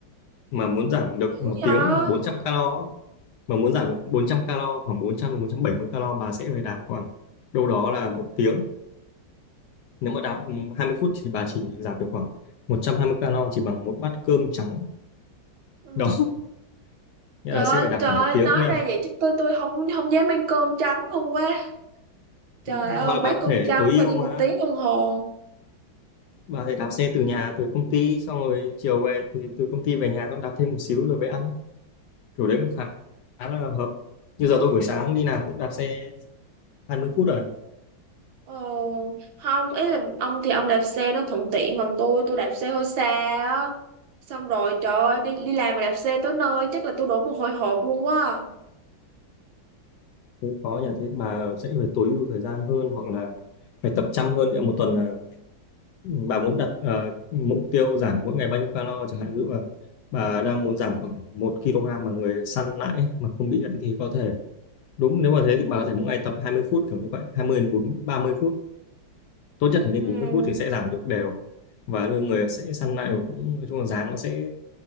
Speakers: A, on the left; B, on the right.
A: mà muốn giảm được
B: dữ
A: một
B: vậy
A: tiếng 400 calo á, mà muốn giảm được 400 calo khoảng 400 đến 470 calo bà sẽ phải đạp khoảng đâu đó là một tiếng nếu mà đạp 20 phút thì bà chỉ giảm được khoảng 120 calo chỉ bằng một bát cơm trắng
B: ờ.
A: đó <laughs> nghĩa
B: trời
A: là
B: ơi
A: sẽ phải đạp
B: trời
A: khoảng một
B: ơi,
A: tiếng
B: nói
A: nghĩa
B: ra
A: là,
B: vậy chứ tôi tôi không không dám ăn cơm trắng luôn quá trời
A: ừ,
B: ơi
A: hoặc là
B: bát
A: bà có
B: cơm
A: thể
B: trắng
A: tối
B: mà
A: ưu
B: đi một
A: mà
B: tiếng đồng hồ
A: bà thể đạp xe từ nhà tới công ty xong rồi chiều về thì từ công ty về nhà xong đạp thêm một xíu rồi về ăn kiểu đấy cũng khá, khá là hợp như giờ tôi buổi sáng đi làm cũng đạp xe 20 phút rồi
B: Ờ, không ý là ông thì ông đạp xe nó thuận tiện còn tôi tôi đạp xe hơi xa á xong rồi trời ơi đi đi làm mà đạp xe tới nơi chắc là tôi đổ mồ hôi hột luôn quá
A: cũng có nhà thế bà sẽ phải tối ưu thời gian hơn hoặc là phải tập chăm hơn nghĩa là một tuần là bà muốn đặt ờ, mục tiêu giảm mỗi ngày bao nhiêu calo chẳng hạn ví dụ là bà đang muốn giảm khoảng 1 kg mà người săn lại ấy, mà không bị ấy, thì có thể đúng nếu mà thế thì bà có thể mỗi ngày tập hai mươi phút kiểu như vậy 20 đến bốn ba mươi phút tốt nhất là đến
B: ừ.
A: 40 phút thì sẽ giảm được đều và người người sẽ săn lại và cũng nói chung là dáng nó sẽ